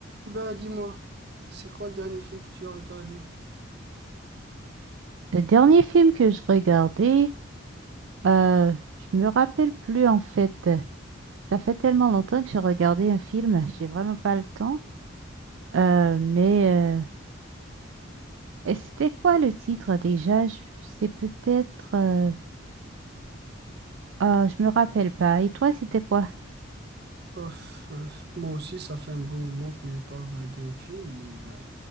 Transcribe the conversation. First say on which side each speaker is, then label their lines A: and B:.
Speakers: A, on the right; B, on the right.
A: Bah dis-moi, c'est quoi le dernier film que tu as regardé?
B: Le dernier film que je regardais, euh, je me rappelle plus en fait. Ça fait tellement longtemps que j'ai regardé un film, j'ai vraiment pas le temps. Euh, mais euh, et c'était quoi le titre déjà? Je- C'est peut-être. Euh, ah, je me rappelle pas. Et toi, c'était quoi?
A: Pof, euh, moi aussi, ça fait un bon moment que j'ai pas regardé un film, mais euh,